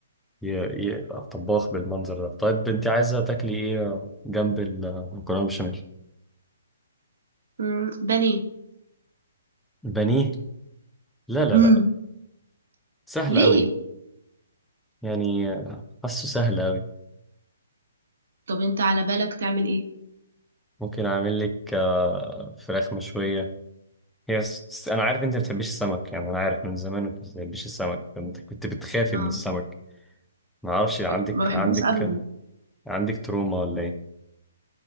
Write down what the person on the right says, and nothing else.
مم. بانيه
مم.
ليه
طب انت على بالك تعمل ايه
اه
ما بحبوش
ابدا